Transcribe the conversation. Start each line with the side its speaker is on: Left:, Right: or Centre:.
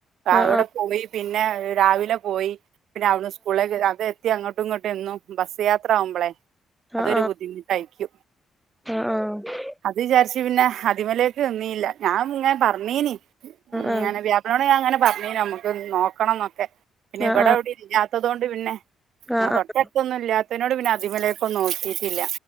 Right: അവ്ടെ
Centre: ആഹ് ആഹ്
Right: പോയി പിന്നെ രാവിലെ പോയി പിന്നെ അവിട്ന്ന് സ്കൂളിലേക്ക് അത് ത്തി അങ്ങട്ടും ഇങ്ങട്ടും എന്നും ബസ്സ് യാത്ര ആവുമ്പളെ
Centre: ആഹ്
Right: അതൊരു
Centre: ആഹ് ആഹ്
Right: ബുദ്ധിമുട്ടായിരിക്കും.
Centre: ആഹ് ആഹ് ആഹ്
Right: അത് വിചാരിച്ച് പിന്നെ അതിമലേക്ക് നിന്നീല്ല. ഞാൻ ഇങ്ങെ പറഞ്ഞീനി. ഉം,
Centre: ആഹ്
Right: ങ്ങനെ വ്യാ അതോണ്ട് ഞാൻ ഇങ്ങനെ പറഞ്ഞീനി നമ്മക്ക് നോക്കണംന്നൊക്കെ. പിന്നെ
Centre: ആഹ്
Right: ഇവിടെ എവിടിം ഇല്ലാത്തതൊണ്ട് പിന്നെ, മ്മളെ
Centre: ആഹ്
Right: തൊട്ടട്ത്തൊന്നും
Centre: ആഹ്
Right: ഇല്ലാത്തതിനോട് പിന്നെ അതിമ്മലേക്കൊന്നും നോക്കിട്ടില്ല.